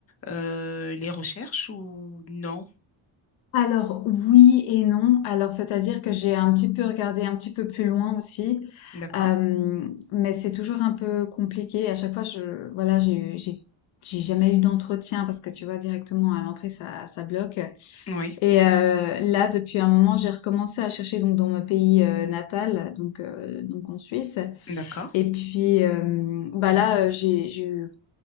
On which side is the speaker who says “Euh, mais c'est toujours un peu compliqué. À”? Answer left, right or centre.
Left